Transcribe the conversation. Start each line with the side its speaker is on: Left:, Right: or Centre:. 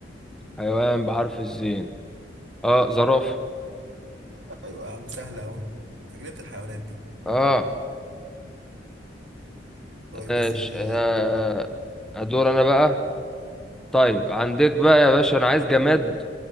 Centre: حيوان بحرف الزين اه زرافة
Right: ايوه يا عم سهلة قوي جنينة الحيوانات دي
Centre: اه
Right: طيب
Centre: ماشي
Right: يا سيدي
Centre: آه
Right: دور
Centre: ادور انا بقى طيب عندك بقى يا باشا انا عايز جماد